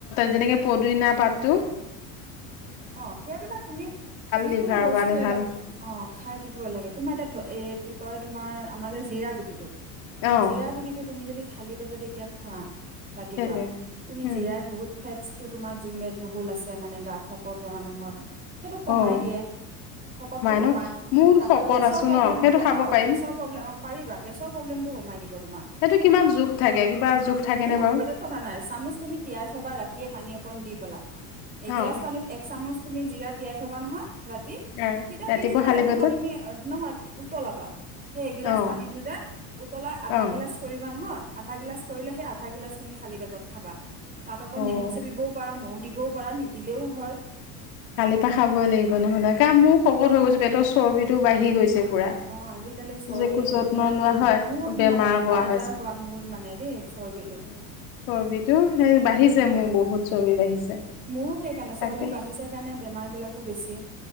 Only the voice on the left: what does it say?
যেনেকে পদিনা পাত টো
লিভাৰৰ
কাৰণে
ভাল।
অ',
সেইটোৱে।
উম,
অ',
ন মোৰ
শকত
আছো
ন সেইটো খাব
পাৰিম।
সেইটো কিমান জোখ থাকে কিবা থাকেনে
বাৰু
অ',
অ',
খালী
পেটত
অ',
অ',
অ',
কালিৰ পৰা খাবই লাগিব নহ'লে কা মইয়ো শকত হৈ গৈছো পেটৰ চৰ্বিটো বাঢ়ি গৈছে। পুৰা
যে একো যত্ন
লোৱা হয়
বেমাৰ
কৰা
হৈছে,
উম চৰ্বিটো সেই বাঢ়িছে
মোৰ বহুত চৰ্বি বাঢ়িছে।
তাকে।